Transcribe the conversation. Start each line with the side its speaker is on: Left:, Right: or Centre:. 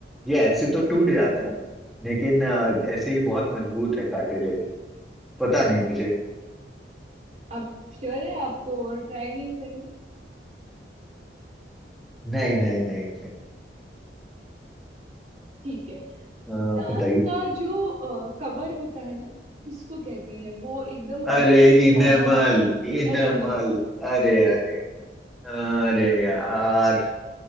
Centre: ये ऐसे तो टूट जाता है लेकिन अ, ऐसे ये बहुत मजबूत है कार्टिलेज पता नहीं मुझे
Right: आप श्योर है आपको और ट्राई नहीं करना
Centre: नहीं नहीं नहीं नहीं
Right: ठीक है
Centre: अ,
Right: दांत
Centre: बताइए
Right: का जो कवर होता है ना उसको कहते हैं वो एकदम
Centre: अरे
Right: हड्डी से भी
Centre: इनेमल
Right: ज्यादा
Centre: इनेमल
Right: एनिमल
Centre: अरे अरे अरे यार